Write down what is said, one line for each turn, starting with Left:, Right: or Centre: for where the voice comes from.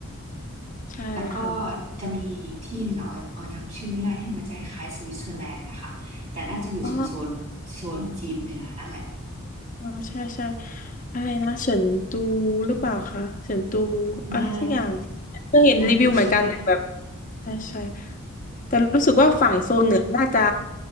Left: ใช่ค่ะ
Right: แล้วก็จะมีอีกที่หนึ่งอ่ะออยออยจำชื่อไม่ได้ที่มันจะคล้ายสวิตเซอร์แลนด์นะคะ แต่น่าจะอยู่โซนโซนโซนจีนเหนือนั่นแหละ
Left: อ๋อเออใช่ใช่อะไรนะเฉินตูหรือเปล่าคะเฉินตูอะไรสักอย่าง
Right: น่า
Left: ก็เห็นรีวิวเหมือนกันนะแบบ
Right: น่าจะใช่
Left: ใช่ใช่แต่รู้สึกว่าฝั่งโซนเหนือน่าจะ
Right: พวก